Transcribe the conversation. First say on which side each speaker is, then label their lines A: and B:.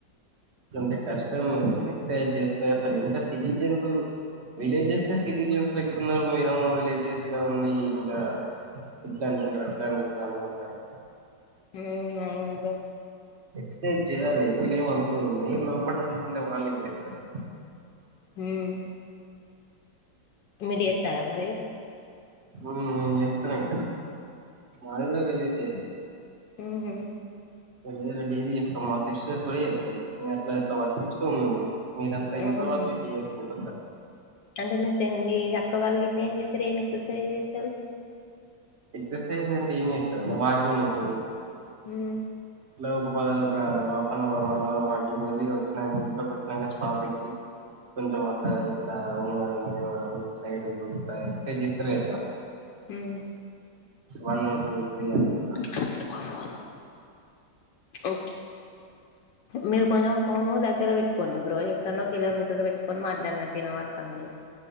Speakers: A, on the right; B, on the left.
A: ఎంటే కష్టం ఎక్ససైజ్ చేస్తే సర ఇంకా సిటిజన్స్. విలేజెస్ సిటిజన్స్ లో ఎక్కు ఉన్నారు మీరు విలేజెస్ లో ఉండి ఇంకా. ఇట్లా అనుకుంటారు అట్లా అనుకుంటారు అనుకుంటారు
B: హ్మ్ అవును రా.
A: ఎక్ససైజ్ చేయాలి ఎవలు ఏమ అనుకోరు మీరు లోపట అనుకుంటే వాళ్ళుం చేస్తారు.
B: ఉమ్. మీరు చేస్తారా మరి.
A: హ్మ్ నేను చేస్తున్న ఇక్కడ మాది కూడా విలేజ్ ఏ.
B: ఉహు.
A: డైలీ డైలీ చేస్తాం మా సిస్టర్స్ కూడా చేస్తారు ఇదంతా ఎక్కువ పట్టించుకోము మేము. మీరంతా ఇంట్లో
B: అవును
A: వాటిలా చేసుకుంటుంటారు.
B: అంటే మీ ఫ్రెండ్ ని మీ అక్క వాళ్ళ గిట్ల ఏం చేస్తారు ఏమి ఎక్సర్సైజ్ చెస్తారు.
A: ఎక్ససైజ్ అంటే ఏం చేస్తారు వాకింగ్ చేస్తారు.
B: ఉమ్.
A: ఒక పది half an hour one hour walking వెళ్ళి వచ్చినాక ఇంట్కి వచ్చినాక స్లాప్ ఎక్కి. కొంచం అట్లా ఇట్లా ఉంగడం లేవడం సైడ్ ఇట్లా ఎక్సర్సైజ్ చేస్తార గా ఇట్లా.
B: హామ్.
A: వన్, టూ, త్రీ అంత.
B: ఇంకా నిన్ను కలవను. ఓకే మీరు కొంచెం ఫోను దగ్గర పెట్టుకోండి బ్రో. ఎక్కడనో కిలోమీటర్ పెట్కొని మాట్లాడినట్టు వినబడుతోంది.